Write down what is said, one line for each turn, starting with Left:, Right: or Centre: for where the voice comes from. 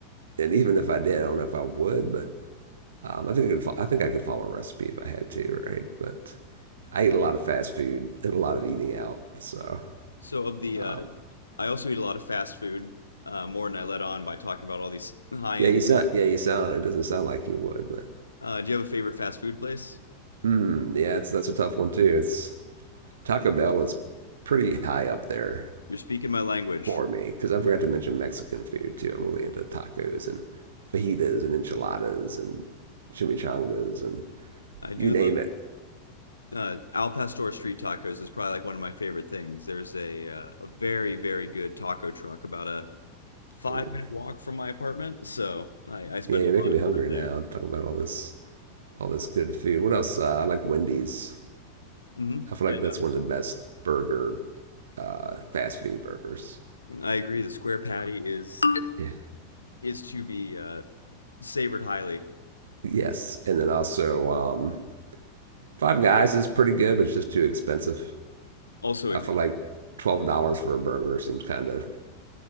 Right: And even if I did, I don't know if I would, but Um, I think I could I think I could follow a recipe if I had to, right? But I eat a lot of fast food and a lot of eating out, so
Left: So of the,
Right: um,
Left: uh, I also eat a lot of fast food, uh, more than I let on by talking about all these <laughs> high
Right: yeah,
Left: end.
Right: you sound yeah you sound. It doesn't sound like you would, but
Left: Uh, do you have a favorite fast food place?
Right: mm, yeah, it's that's a tough one too. It's Taco Bell is pretty high up there
Left: You're speaking my language.
Right: for me because I forgot to mention Mexican food too. I'm really into tacos and fajitas and enchiladas and chimichangas and
Left: I do
Right: you name it.
Left: love uh, Al Pastor street tacos is probably like one of my favorite things. There's a uh, a very very good taco truck about a five
Right: Oh,
Left: minute walk from my apartment, so I, I spend
Right: yeah, you're
Left: a
Right: making
Left: lot
Right: me hungry
Left: of time
Right: now.
Left: there.
Right: Talking about all this all this good food. What else? Uh, I like Wendy's.
Left: hmm
Right: I feel
Left: Yeah,
Right: like that's one of the best burger, uh, fast food burgers.
Left: no, I agree. The square patty is
Right: Yeah.
Left: is to be uh, savored highly.
Right: Yes, and then also um, Five Guys is pretty good, but it's just too expensive.
Left: Also agree.
Right: I feel like twelve dollars for a burger seems kind of